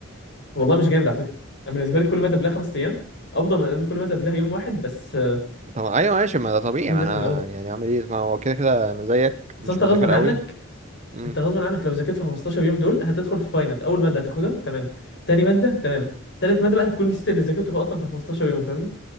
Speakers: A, on the left; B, on the right.
A: والله مش جامد على فكره انا بالنسبه لي كل ماده قبلها خمس ايام افضل من ان كل ماده قبلها يوم واحد بس آه،
B: طب ايوه ماشي ما ده طبيعي
A: أكون
B: ما
A: مذاكر
B: انا
A: من الاول
B: يعني اعمل ايه ما هو كده كده انا زيك
A: اصل
B: مش
A: انت
B: مذاكر
A: غصب عنك
B: قوي امم
A: انت غصب عنك لو ذاكرت في 15 يوم دول هتدخل في فاينل اول ماده هتاخدها تمام تاني ماده تمام تالت ماده بقى هتكون نسيت اللي ذاكرته في اصلا في 15 يوم فاهمني